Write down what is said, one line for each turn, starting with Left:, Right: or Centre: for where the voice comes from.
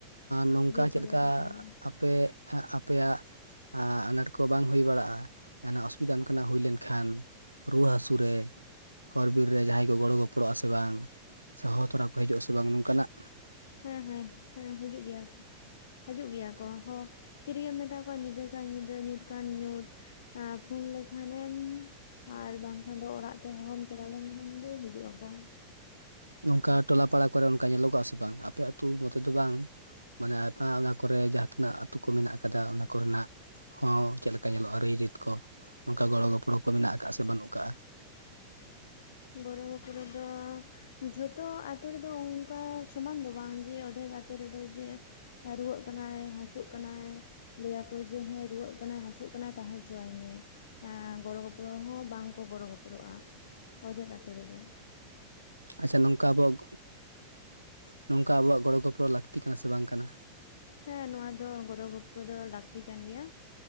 Right: ᱱᱚᱝᱠᱟ
Left: ᱵᱤᱨ
Right: ᱪᱮᱫ
Left: ᱠᱚᱨᱮ
Right: ᱞᱮᱠᱟ?
Left: ᱜᱮᱠᱚ ᱛᱟᱦᱮᱱᱟ
Right: ᱟᱯᱮ, ᱟᱯᱮᱭᱟᱜ ᱟᱻ ᱟᱱᱟᱴ ᱠᱚ, ᱵᱟᱝ ᱦᱩᱭ ᱵᱟᱲᱟᱜᱼᱟ ᱾ ᱡᱟᱦᱟᱸᱱᱟᱜ, ᱚᱥᱩᱵᱤᱫᱷᱟ, ᱚᱱᱠᱟᱱᱟᱜ, ᱦᱩᱭ ᱞᱮᱱᱠᱷᱟᱱ ᱨᱩᱣᱟᱹ ᱦᱟᱹᱥᱩ ᱨᱮ, ᱦᱚᱨ ᱵᱤᱨ ᱨᱮ, ᱡᱟᱦᱟᱸᱭ ᱠᱚ, ᱜᱚᱲᱚ ᱜᱚᱯᱚᱲᱚᱜᱼᱟᱥᱮ, ᱵᱟᱝ? ᱥᱮ, ᱦᱚᱦᱚ ᱛᱚᱨᱟ ᱠᱚ, ᱦᱤᱡᱩᱜ ᱟ ᱥᱮ, ᱵᱟᱝ, ᱱᱚᱝᱠᱟ ᱱᱟᱜ?
Left: ᱦᱮᱸᱻ ᱦᱮᱸᱻ, ᱦᱮᱸ ᱦᱤᱡᱩᱜ ᱜᱮᱭᱟ ᱠᱚ ᱾ ᱦᱤᱡᱩᱜ ᱜᱮᱭᱟ ᱠᱚ, ᱦᱚ ᱼ ᱛᱤᱨᱜᱮᱢ ᱢᱮᱛᱟ ᱠᱚᱣᱟ, ᱧᱤᱫᱟᱹ ᱠᱷᱟᱱ ᱧᱤᱫᱟᱹ, ᱧᱩᱛ ᱠᱷᱟᱱ ᱧᱩᱛ ᱟᱻ ᱯᱷᱳᱱ ᱞᱮᱠᱷᱟᱱᱮᱢ ᱟᱨ ᱵᱟᱝᱠᱷᱟᱱ ᱫᱚ ᱚᱲᱟᱜ ᱛᱮ ᱦᱚᱦᱚᱢ ᱪᱟᱞᱟᱣ ᱞᱮᱱᱠᱷᱟᱱᱜᱤ ᱦᱤᱡᱩᱜᱼᱟᱠᱚ᱾
Right: ᱱᱚᱝᱠᱟ ᱴᱚᱞᱟ ᱯᱟᱲᱟ ᱠᱚᱨᱮ ᱚᱱᱠᱟ ᱴᱚᱞᱟ ᱯᱟᱲᱟ ᱠᱚᱨᱮ ᱧᱮᱞᱚᱜᱚᱜᱼᱟ ᱥᱮ ᱵᱟᱝ ᱟᱯᱮ ᱟᱹᱛᱩᱳ ᱢᱚᱛᱮ ᱫᱚ ᱵᱟᱝ ᱢᱟᱱᱮ ᱟᱭᱢᱟ ᱚᱱᱟ ᱠᱚᱨᱮ ᱡᱟᱦᱟᱸ ᱛᱤᱱᱟᱹᱜ ᱟᱹᱛᱩ ᱠᱚ ᱢᱮᱱᱟᱜ ᱟᱠᱟᱫᱟ ᱚᱱᱟ ᱠᱚᱨᱮ ᱱᱟᱜ ᱦᱚᱸ ᱪᱮᱫ ᱞᱮᱠᱟ ᱧᱮᱞᱚᱜᱼᱟ ᱨᱟᱹᱭ-ᱨᱟᱹᱛ ᱠᱚ ᱱᱚᱝᱠᱟ ᱜᱚᱲᱚ ᱜᱚᱯᱚᱲᱚ ᱠᱚ ᱢᱮᱱᱟᱜ ᱟᱠᱟᱫ ᱥᱮ ᱵᱟᱹᱱᱩᱜ ᱠᱟᱜᱼᱟ?
Left: ᱜᱚᱲᱚ ᱜᱚᱯᱲᱚ ᱫᱚ ᱡᱷᱚᱛᱚ ᱟᱛᱳ ᱨᱮᱫᱚ ᱚᱱᱠᱟ ᱥᱚᱢᱟᱱ ᱫᱚ ᱵᱟᱝ ᱡᱮ ᱚᱫᱷᱮᱠ ᱟᱛᱳ ᱨᱮᱫᱚ ᱡᱮ ᱨᱩᱣᱟᱹᱜ ᱠᱟᱱᱟᱭ ᱦᱟᱹᱥᱩᱜ ᱠᱟᱱᱟᱭ ᱞᱟᱹᱭ ᱟᱠᱚ ᱡᱮ ᱦᱮᱸ ᱨᱩᱣᱟᱹᱜ ᱠᱟᱱᱟᱭ ᱦᱟᱹᱥᱩᱜ ᱠᱟᱱᱟᱭ ᱛᱟᱦᱮᱸ ᱦᱚᱪᱚᱟᱭ ᱢᱮ ᱾ ᱮᱸ ᱜᱚᱲᱚ ᱜᱚᱯᱚᱲᱚ ᱦᱚᱸ ᱵᱟᱝᱠᱚ ᱜᱚᱲᱚ ᱜᱚᱯᱚᱲᱚᱜᱼᱟ ᱾ ᱚᱫᱮᱠ ᱟᱛᱳ ᱨᱮᱫᱚ ᱾
Right: ᱟᱪᱪᱷᱟ ᱱᱚᱝᱠᱟ ᱟᱵᱚᱣᱟᱜ ᱱᱚᱝᱠᱟ ᱟᱵᱚᱣᱟᱜ ᱜᱚᱲᱚ ᱜᱚᱯᱚᱲᱚ ᱞᱟᱹᱠᱛᱤ ᱠᱟᱱᱟ ᱥᱮ ᱵᱟᱝ ᱠᱟᱱᱟ?
Left: ᱦᱮᱸ ᱱᱚᱣᱟ ᱫᱚ ᱜᱚᱲᱚ ᱜᱚᱯᱚᱲᱚ ᱫᱚ ᱞᱟᱹᱠᱛᱤ ᱠᱟᱱ ᱜᱮᱭᱟ